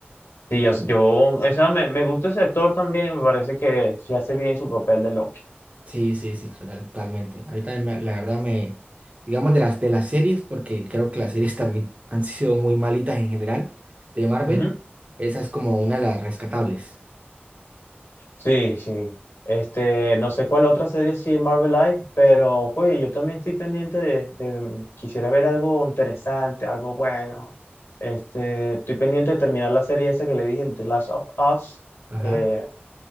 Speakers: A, on the left; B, on the right.
A: sí, yo, yo, o sea, me, me gusta ese actor también, me parece que sí hace bien su papel de Loki.
B: Sí, sí, sí, total- totalmente. Ahorita la verdad me, digamos de las de las series, porque creo que las series <laughs> también han sido muy malitas en general, de Marvel,
A: Ujú.
B: esa es como una de las rescatables.
A: Sí, sí. Este, no sé cuál otra serie sí de Marvel Live, pero güey, yo también estoy pendiente de, de- quisiera ver algo interesante, algo bueno. Este, estoy pendiente de terminar la serie esa que le dije, el The Last of Us.
B: Ajá.
A: Eh,